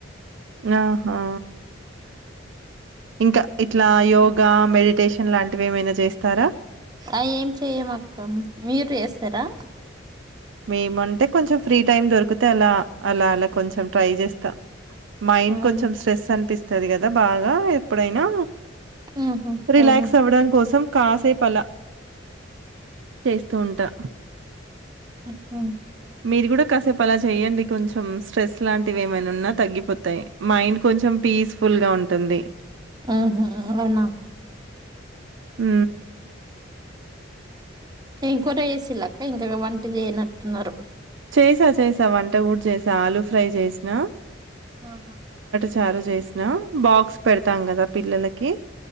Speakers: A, on the right (about 75°); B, on the right (about 20°).
A: నహా ఇంకా ఇట్లా యోగా మెడిటేషన్ లాన్ టు ఏమైనా చేస్తారా
B: అ ఏం చెయ్యమ్ అక్కమ్ మీరు చేస్తారా
A: మేము అంటే కొంచెం ఫ్రీ టైమ్ దొరికితే అలా అలా అలా కొంచెం ట్రై చేస్తా మైండ్
B: అవును
A: కొంచం స్ట్రెస్ అనిపిస్ తది గదా బాగా ఎప్పుడైనా
B: ఉహు
A: రిలాక్స్
B: అవునా
A: అవ్వడం కోసం కాసేప్ అలా చేస్తూ ఉంటా
B: ఉ హ్
A: మీరు గుడా కాసేపు అలా చెయ్య అండి కొంచెం స్ట్రెస్ అలాంటివి ఏమైనా ఉన్నా తగ్గిపోతాయి మైండ్ కొంచెం పీస్ ఫుల్ గా ఉంటుంది
B: ఆహ అలనా
A: ఉ
B: ఏం కూర వేసి లక్క ఇంకా వంట చేయనట్టున్నారు
A: చేసా చేసా వంట గూడు చేసా ఆలూ ఫ్రై చేసిన
B: ఆహా
A: తారు జేసిన బాక్స్ పెడతాం గదా పిల్లలకి